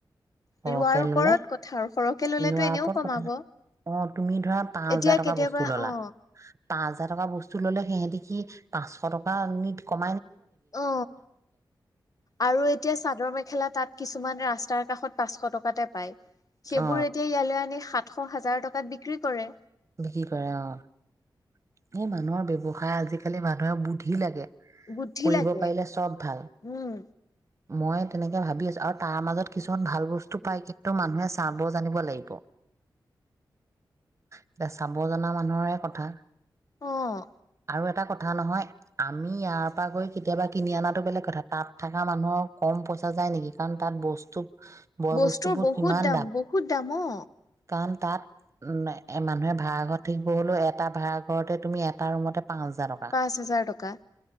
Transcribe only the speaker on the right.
সৰহকে
ললে
লোৱাৰ
ওপৰত
কথা অ তুমি ধৰা পাঁচ
হাজাৰ টকা
বস্তু ললা
পাঁচ হাজাৰ টকা বস্তু ললে সিহঁতে কি পাঁচশ টকা নিট <inaudible>
অ
বিক্ৰী কৰে অ' এই মানুহৰ ব্যৱসায় আজিকালি মানুহে বুদ্ধি লাগে।
কৰিব
পাৰিলে চব ভাল।
মই তেনেকে ভাবি আছো আৰু তাৰ মাজত কিছুমান ভাল বস্তু পাই কিন্তু মানুহে চাব জানিব লাগিব। এতিয়া চাব জনা মানুহৰে কথা।
আৰু এটা কথা নহয় আমি ইয়াৰ পৰা গৈ কেতিয়াবা কিনি অনাটো বেলেগ কথা তাত থকা মানুহৰ কম পইচা যায় নেকি কাৰণ তাত বস্তু। বয়
বস্তুবোৰ
কিমান
কাৰণ তাত ন? এই মানুহে ভাড়া ঘৰত থাকিব হ'লেও এটা ভাড়া ঘৰতে তুমি এটা ৰুমতে- পাঁচ হাজাৰ টকা